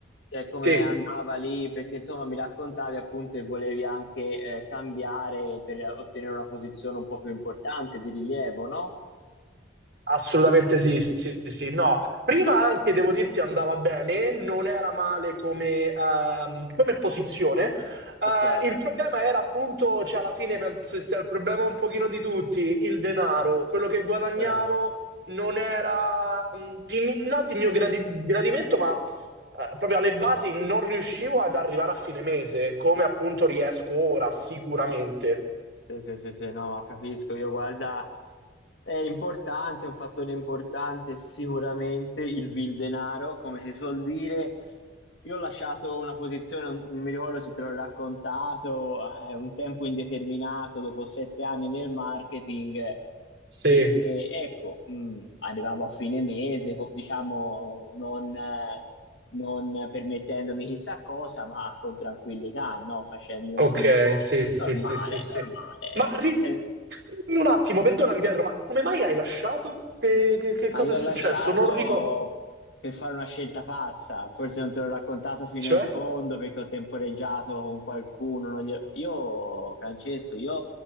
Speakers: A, on the left; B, on the right.
A: cioè come
B: Sì.
A: andava lì, perché insomma mi raccontavi appunto che volevi anche eh, cambiare per ottenere una posizione un po' più importante di rilievo, no?
B: Assolutamente sì, sì, sì, no. Prima anche, devo dirti, andava bene, non era male come, ehm, come posizione. Eh,
A: Ok,
B: il problema era appunto, cioè alla fine penso che sia il problema un pochino di tutti, il denaro. Quello che guadagnavo
A: certo.
B: non era, mh, di mi- no di mio gradi- gradimento, ma eh, proprio alle basi non riuscivo ad arrivare a fine mese, come appunto riesco ora, sicuramente.
A: Sì, sì, sì, sì, no, no, capisco. Io guarda, è importante, è un fattore importante sicuramente il vil denaro, come si suol dire. Io ho lasciato una posizione, non non mi ricordo se te l'ho raccontato, eh, un tempo indeterminato, dopo sette anni nel marketing
B: Sì.
A: perché ecco, mh, arrivavo a fine mese, co- diciamo, non, eh, non permettendomi chissà cosa, ma con tranquillità, no? Facendo una
B: Ok,
A: vita
B: sì, sì,
A: normale,
B: sì, sì, sì.
A: normale,
B: Ma
A: ecco,
B: ri-
A: sen-
B: dimmi un attimo, perdonami Pietro, ma come mai hai lasciato? Che, che- che
A: Ma
B: cosa
A: io
B: è successo?
A: ho lasciato
B: Non ricordo.
A: per fare una scelta pazza, forse non te l'ho raccontato fino
B: Cioè?
A: in fondo perché ho temporeggiato con qualcuno. non glielo- Io, Francesco, io